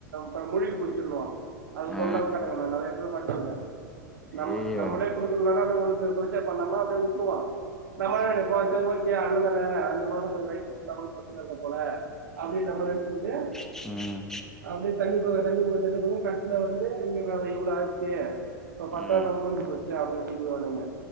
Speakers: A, on the right (about 70°); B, in the centre.
A: இப்ப முழுகி போச்சுன்றுவோ அது <unintelligible>
B: ஆ
A: நா நெறைய பேர பாத்துருக்கே நம்ம
B: ஐயையோ
A: நம்மளே குடுக்கணுனாலு அப்டியே ஒன்னு பி <unintelligible> பண்ணாம அப்டியே வுட்றுவோ நம்ம
B: ம்
A: என்ன நெனைப்போ சரி ஓகே அண்ணந்தான அடுத்தமாசோ கொஞ்சோ <unintelligible> குடுத்தா கூட ப்ரச்சன இல்ல போல அப்டின்ற
B: ம்
A: மாரி நெனச்சுகிட்டு
B: ம்
A: அப்டியே தள்ளி போக தள்ளி இவுங்க ரெண்டு பேரு கட்னது வந்து இவ்ளோ இவ்ளோ ஆச்சு <unintelligible>
B: ம்
A: முடுஞ்சு போச்சு அப்டிஇப்டினு ன்வாணுங்க